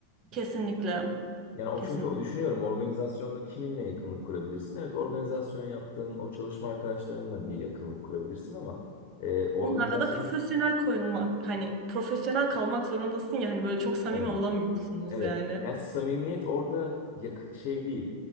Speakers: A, on the right; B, on the left.
A: kesinlikle.
B: Yani o
A: Kesinlikle.
B: çünkü o düşünüyorum organizasyonda kiminle yakınlık kurabilirsin? Evet organizasyon yaptığın o çalışma arkadaşlarınla bir yakınlık kurabilirsin ama e, organizasyon
A: Onlarla da profesyonel koyulmak, hani profesyonel kalmak zorundasın ya hani böyle çok samimi
B: evet
A: olamıyorsunuz
B: evet
A: yani.
B: yani samimiyet orada yak- şey değil